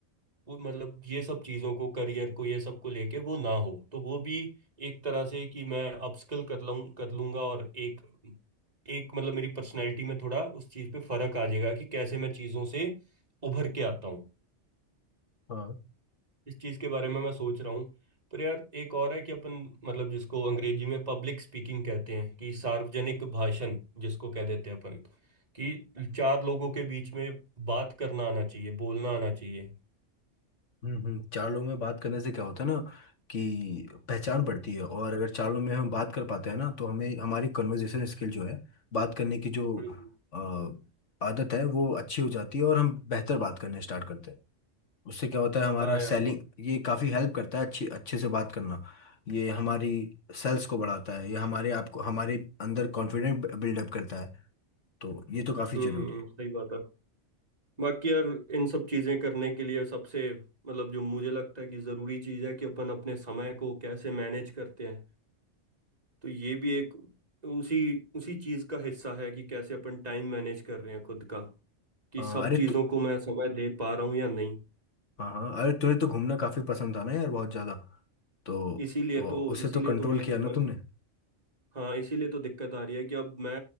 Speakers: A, on the right; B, on the left.
A: वो मतलब ये सब चीज़ों को करियर को ये सब को लेके वो ना हो तो वो भी एक तरह से कि मैं अपस्किल कर लूँ कर लूंगा और एक एक मतलब मेरी पर्सनैलिटी में थोड़ा उस चीज़ पे फर्क आ जाएगा कि कैसे मैं चीज़ों से उभर के आता हूँ
B: हाँ
A: इस चीज़ के बारे में मैं सोच रहा हूँ पर यार एक और है कि अपन मतलब जिसको अंग्रेजी में पब्लिक स्पीकिंग कहते हैं कि सार्वजनिक भाषण जिसको कह देते हैं अपन कि चार लोगों के बीच में बात करना आना चाहिए बोलना आना चाहिए
B: हम्म हम्म चार लोगों में बात करने से क्या होता है ना कि पहचान बढ़ती है और अगर चार लोगों में हम बात कर पाते हैं ना तो हमें हमारी कन्वर्जेशन स्किल जो है बात करने की जो
A: हम्म,
B: अ, आदत है वो अच्छी हो जाती है और हम बेहतर बात करने स्टार्ट करते हैं उससे क्या होता है हमारा
A: हाँ यार
B: सेलिंग ये काफ़ी हेल्प करता है अच्छी अच्छे से बात करना ये हमारी सेल्स को बढ़ाता है ये हमारे आप को हमारे अंदर कॉन्फिडेंट बिल्डअप करता है तो ये तो काफी
A: हम्म
B: जरूरी है
A: सही बात है बाकी यार इन सब चीजें करने के लिए सबसे मतलब जो मुझे लगता है कि जरूरी चीज है कि अपन अपने समय को कैसे मैनेज करते हैं तो ये भी एक उसी उसी चीज का हिस्सा है कि कैसे अपन टाइम मैनेज कर रहे हैं खुद का कि
B: अ,
A: सब
B: अरे
A: चीजों
B: तो
A: को मैं समय दे पा रहा हूँ या नहीं
B: हाँ हाँ अरे तुम्हें तो घूमना काफी पसंद था ना यार बहुत ज्यादा तो
A: इसीलिए
B: वो
A: तो
B: उसे
A: इसीलिए
B: तो कंट्रोल
A: तो मैं
B: किया ना
A: मतलब
B: तुमने
A: हाँ इसीलिए तो दिक्कत आ रही है कि अब मैं